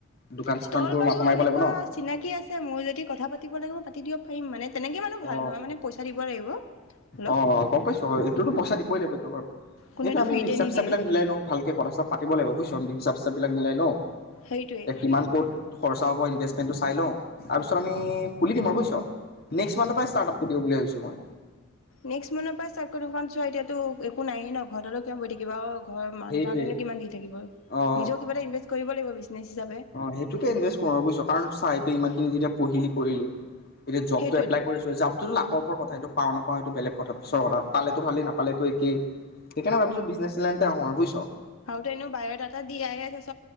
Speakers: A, on the left; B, on the left.
A: দোকান
B: ষ্ট'ল
A: চোকানটোৰ
B: বাৰু
A: মাথা মাৰিব
B: এনেকুৱা
A: লাগিব ন
B: চিনাকি আছে মোৰ যদি কথা পাতিব লাগিব মই পাতি দিব পাৰিম মানে তেনেকৈ
A: অ
B: ভাল নহয়, মানে পইচা দিব লাগিব অলপ
A: অ', অ', গম পাইছো হয়, এইটোতো পইচা দিবই লাগিব <unintelligible>
B: কোনেতো
A: সেইটো আমি
B: ফ্ৰীতে
A: হিচাপ
B: নিদিয়ে
A: চিচাপ বিলাক মিলাই লওঁ ভালকে কথা চথা পাব লাগিব বুজিছ হিচাপ চিচাপ বিলাক মিলাই লওঁ,
B: সেইটোৱে
A: এ কিমান ক'ত খৰচ তাপৰি ইনভেষ্টটো চাই লওঁ তাৰপিছত আমি খুলি দিম আৰু বুজিছ নেক্স মান্থৰ পৰা ষ্টাৰ্ট আপটো দিওঁ বুলি ভাবিছো মই
B: নেক্স মানৰ পৰাই ষ্টাৰ্ট কৰিম চোৱা এতিয়াতো একো নায়েই ন ঘৰত আৰু কিমান বহি থাকিবা অ', ঘৰ মা
A: সেইটোৱে
B: দেউতাহতে কিমান দি থাকিব
A: অ
B: নিজেও কিবা এটা ইনভেষ্ট কৰিব লাগিব বিজনেছ হিচাপে
A: অ', সেইটোকে ইনভেষ্ট কৰো বুজিছো কাৰণ চা এয়া ইমানখিনি যেতিয়া পঢ়িলি কৰিলি এতিয়া জবটো
B: সেইটোৱেতো
A: এপলাই কৰিছো জবটো লাকৰ ওপৰত কথা এইটো পাওঁ নাপাওঁ এইটো বেলেগ কথা পিছৰ কথা পালেতো ভালেই নাপালেতো একেই সেইকাৰণে ভাবিছোঁ বিজনেছ লাইনতে আহো আৰু বুই ছ
B: আৰু তো এনেও বায়'ডাটা দিয়ায়ে আছ